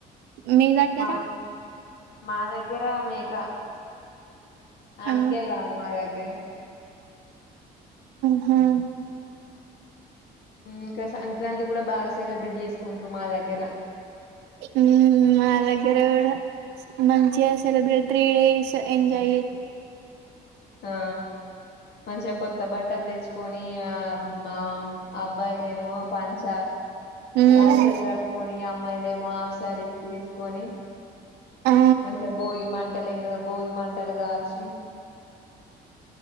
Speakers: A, on the right; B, on the left.
A: మీ దగ్గర
B: మా మా దగ్గర మేక అనకే
A: ఆ
B: కాదు మా దగ్గర
A: ఆా
B: ఇంకా సంక్రాంతి కూడా బాగా సెలబ్రేట్ చేసుకుంటారు మా దగ్గర
A: ఉ మా దగ్గర కూడా మంచించి సెలిబ్రేట్ త్రీ డేస్ ఎంజాయ ఇ
B: ఆ మంచిగా కొత్త బట్టలు తెచ్చు కని మా అబ్బాయిలేమో పంచ
A: మ్మ్
B: పంచలు కట్టుకొని అమ్మాయిలుమో ఆఫ్సారీ తీసుకొని
A: ఆ
B: మంచిగా భోగి మంటలే భోగి మంటలు కాల్సి